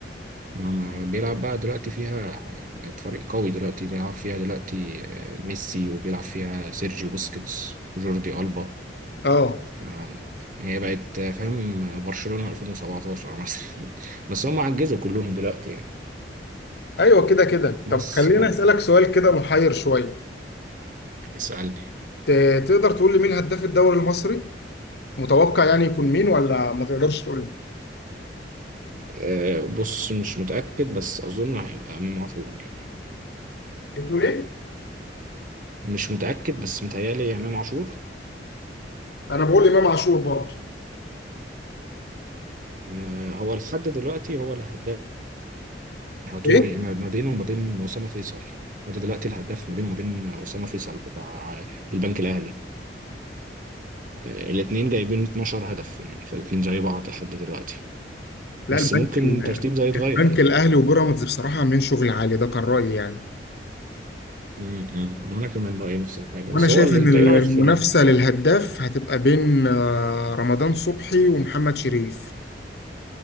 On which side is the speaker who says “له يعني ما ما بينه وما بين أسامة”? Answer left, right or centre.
Right